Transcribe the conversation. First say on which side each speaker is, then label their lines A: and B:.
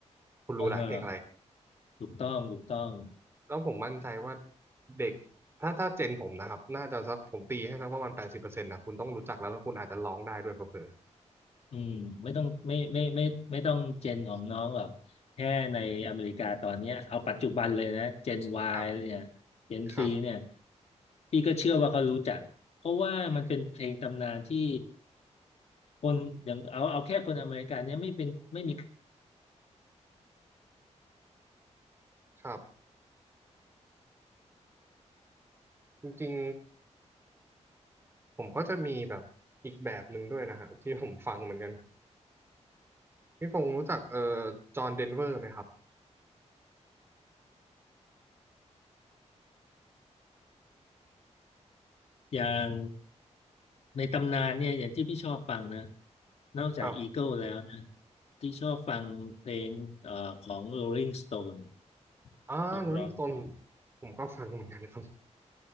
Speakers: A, on the right; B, on the left.
A: คุณรู้แหละเพลงอะไร
B: อ่าฮะถูกต้องถูกต้อง
A: แล้วผมมั่นใจว่าเด็กถ้าถ้าเจนผมนะครับน่าจะสักผมตีให้สักประมาณแปดสิบเปอร์เซ็นต์นะคุณต้องรู้จักแล้วแล้วคุณอาจจะร้องได้ด้วยเผลอ
B: อืมไม่ต้องไม่ไม่ไม่ไม่ไม่ต้องเจนของน้องหรอกแค่ในอเมริกาตอนเนี้ยเอาปัจจุบันเลยนะเจน
A: ๆครับ
B: Y เนี่ยเจน
A: ครับ
B: C เนี่ยพี่ก็เชื่อว่าเขารู้จักเพราะว่ามันเป็นเพลงตำนานที่
A: ใช่
B: คนอย่างเอาเอาแค่คนอเมริกันเนี่ยไม่เป็นไม่มี
A: ครับจริงๆผมก็จะมีแบบอีกแบบหนึ่งด้วยนะฮะที่ผมฟังเหมือนกันพี่พงศ์รู้จักเอ่อจอห์นเดนเวอร์ไหมครับ
B: อย่างในตำนานเนี่ยอย่างที่พี่ชอบฟังนะนอกจาก
A: ครับ
B: Eagle แล้วนะที่ชอบฟังเพลงเอ่อของ Rolling Stone
A: อ่าโรลิงสโตน
B: ก็เพราะ
A: ผมก็ฟังเหมือนกันครับ